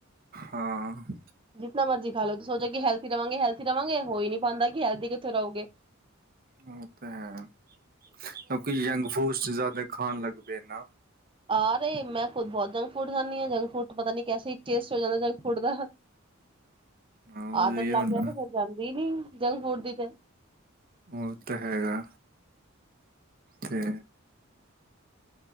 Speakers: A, on the right (about 45°); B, on the right (about 25°).
A: ਹਾਂ
B: ਨਮਰਜੀ ਖਾਲੋ ਤੇ ਸੋ ਜਾ, ਕਿ ਹੈਲਥੀ ਰਵਾਂਗੇ, ਹੈਲਥੀ ਰਵਾਂਗੇ। ਹੋ ਹੀ ਨਹੀਂ ਪਾਂਦਾ ਕਿ ਹੈਲਦੀ ਕਿੱਥੇ ਰਹੋਗੇ।
A: ਉਹ ਤਾਂ ਹੈ, ਕਿਉਂਕਿ ਜੰਕ- ਫੂਡ ਚ ਜ਼ਿਆਦਾ ਖਾਣ ਲੱਗ ਪਏ ਨਾ।
B: ਆਹਰੇ, ਮੈਂ ਖੁਦ ਬਹੁਤ ਜੰਕ ਫੂਡ ਖਾਂਦੀ ਹਾਂ। ਜੰਕ ਫੂਟ ਤੋਂ ਪਤਾ ਨੀ ਕੈਸੇ ਹੀ ਟੇਸਟ ਹੋ ਜਾਂਦਾ ਜੰਕ ਫੂਡ ਦਾ।
A: ਹਾਂ ਉਹ
B: ਆਦਤ
A: ਇਹ ਹੋਣਾ
B: ਲਗ ਜਾਏ ਤੇ ਫੇਿਰ ਜਾਂਦੀ ਨੀ। ਜੰਕ ਫੂਡ ਦੀ ਤੇ
A: ਉਹ ਤਾਂ ਹੈਗਾ। ਤੇ